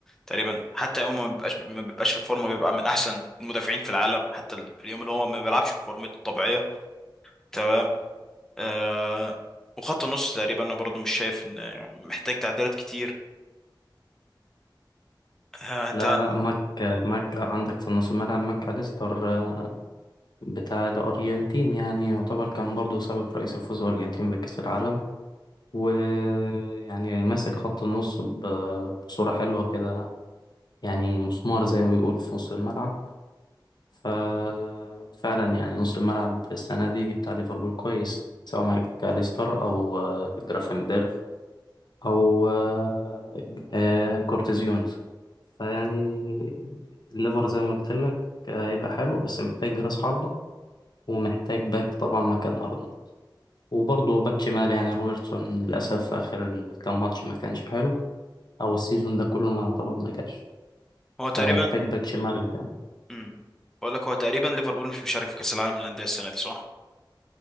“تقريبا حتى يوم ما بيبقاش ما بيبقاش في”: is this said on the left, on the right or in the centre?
Centre